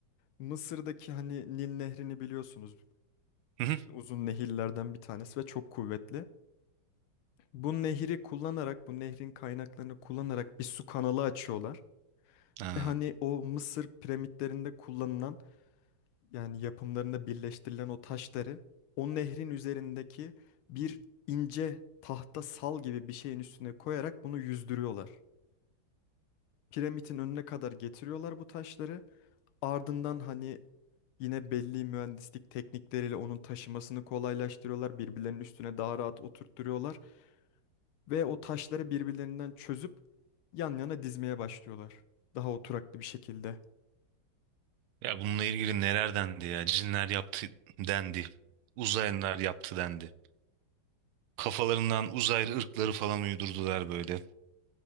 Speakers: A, on the left; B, on the right.
A: Mısır'daki hani Nil Nehri'ni biliyorsunuz.
B: Hı hı.
A: Uzun nehirlerden bir tanesi ve çok kuvvetli. Bu nehri kullanarak, bu nehrin kaynaklarını kullanarak bir su kanalı açıyorlar.
B: Ha.
A: Ve hani o Mısır piramitlerinde kullanılan yani yapımlarında birleştirilen o taşları o nehrin üzerindeki bir ince tahta sal gibi bir şeyin üstüne koyarak bunu yüzdürüyorlar. Piramidin önüne kadar getiriyorlar bu taşları. Ardından hani yine belli mühendislik teknikleriyle onun taşımasını kolaylaştırıyorlar. Birbirlerinin üstüne daha rahat oturtturuyorlar ve o taşları birbirlerinden çözüp yan yana dizmeye başlıyorlar. Daha oturaklı bir şekilde.
B: Ya bununla ilgili neler dendi ya? Cinler yaptı dendi. Uzaylılar yaptı dendi. Kafalarından uzaylı ırkları falan uydurdular böyle.